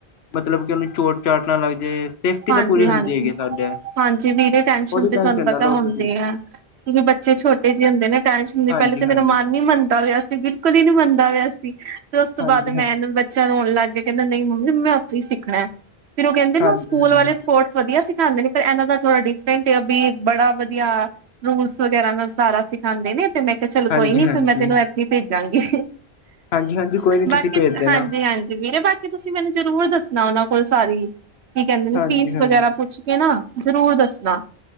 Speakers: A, on the left (about 75°); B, on the right (about 80°).
A: ਮਤਲਬ ਕਿ ਉਨੂੰ ਚੋਟ ਚਾਟ ਨਾ ਲੱਗ ਜੇ ਸੇਫਟੀ
B: ਹਾਂਜੀ
A: ਤਾਂ ਪੂਰੀ ਹੁੰਦੀ
B: ਹਾਂਜੀ
A: ਹੈਗੀ ਆ ਸਾਡੇ।
B: ਹਾਂਜੀ ਵੀਰੇ ਟੈਨਸ਼ਨ
A: ਉਹਦੀ
B: 'ਤੇ ਤੁਹਾਨੂੰ ਪਤਾ
A: ਨਾ ਲਓ
B: ਹੁੰਦੀ
A: ਤੁਸੀਂ
B: ਹੈ। ਕਿਉਂਕਿ ਬੱਚੇ ਛੋਟੇ ਜੇ ਹੁੰਦੇ ਨੇ ਟੈਂਨਸ਼ਨ ਦੇ
A: ਹਾਂਜੀ
B: ਪਹਿਲੇ ਤਾਂ
A: ਹਾਂਜੀ
B: ਮੇਰਾ ਮਨ ਨੀ ਮੰਨਦਾ ਪਿਆ ਸੀ ਬਿਲ ਕੁਲ ਈ ਨੀ ਮੰਨਦਾ ਪੈ ਆ ਸੀ ਫੇਰ ਉਸ ਤੋਂ
A: ਹਾਂਜੀ
B: ਬਾਅਦ
A: ਹਾਂ
B: ਮੈਂਨੂੰ ਬੱ ਚਾ ਰੋਣ ਲਾਗੇ ਕਹਿੰਦਾ ਨਈ ਮੰਮੀ ਮੈਂ ਉਥੋਂ ਈ ਸਿੱਖਣਾ‌ ਐ ਫੇਰ ਓ ਕਹਿੰਦੇ
A: ਹਾਂਜੀ
B: ਨਾ ਸਕੂਲ
A: ਹਾਂਜੀ
B: ਵਾਲੇ ਸਪੋਰਟਸ ਵਧੀਆ ਸਿਖਾਂਦੇ ਨੇ ਪਰ ਐਨਾ ਦਾ ਥੋੜਾ ਡੀਫ ਰੇਟ ਏ ਓ ਬੀ ਬੜਾ ਵਧੀਆ ਰੂਲਸ ਵਗੈਰਾ ਨਾ ਸਾਰਾ ਸਿਖਾਂਦੇ ਨੇ 'ਤੇ ਮੈਂ ਕੇ ਚਲੋ
A: ਹਾਂਜੀ
B: ਕੋਈ ਨੀ
A: ਹਾਂਜੀ
B: ਫਿਰ ਮੈਂ ਤੈਨੂੰ ਐਥੀ ਭੇਜਾਂਗੀ।
A: ਹਾਂਜੀ ਹਾਂਜੀ ਕੋਈ ਨੀ ਤੁਸੀਂ
B: ਬਾਕੀ
A: ਭੇਜ ਦੇਣਾ
B: ਹਾਂਜੀ-ਹਾਂਜੀ ਵੀਰੇ ਬਾ ਕੀ ਤੁਸੀਂ ਮੈਨੂੰ ਜ਼ਰੂਰ ਦੱਸਣਾ ਉਨਾਂ ਕੋਲ ਸਾਰੀ ਕੀ ਕਹਿੰਦੇ ਨੇ
A: ਹਾਂਜੀ
B: ਫੀਸ
A: ਹਾਂਜੀ
B: ਵਗੈਰਾ ਪੁੱਛ ਕੇ ਨਾ ਜ਼ਰੂਰ ਦੱਸਣਾ।